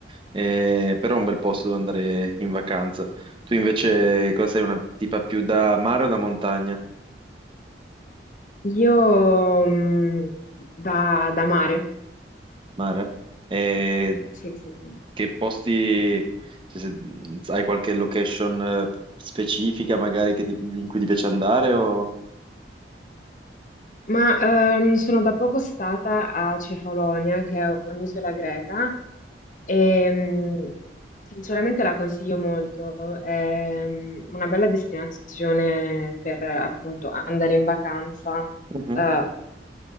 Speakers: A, on the right; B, on the left.
A: Eh, però è un bel posto dove andare in vacanza. Tu invece cosa sei, una tipa più da mare o da montagna?
B: Io mh, da, da mare.
A: Mare? Eh,
B: Sì, sì, sì. sì.
A: che posti, cioè, se- hai qualche location eh, specifica magari che ti- in cui ti piace andare o...
B: Ma ehm, sono da poco stata a Cefalonia, che è un'isola greca, e mm, sinceramente la consiglio molto. È mm, una bella destinazione per appunto andare in vacanza
A: Mhm.
B: eh,